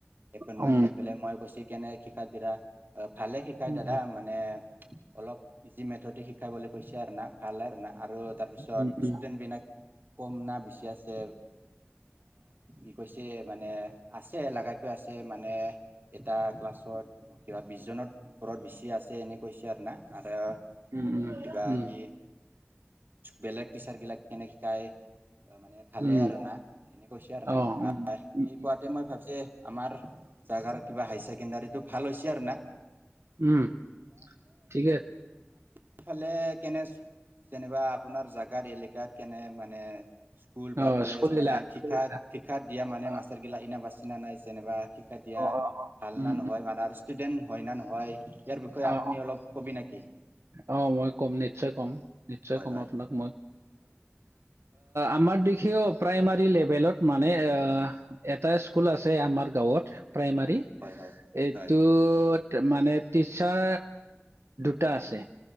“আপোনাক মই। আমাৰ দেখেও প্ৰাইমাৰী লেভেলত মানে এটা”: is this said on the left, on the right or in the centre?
Right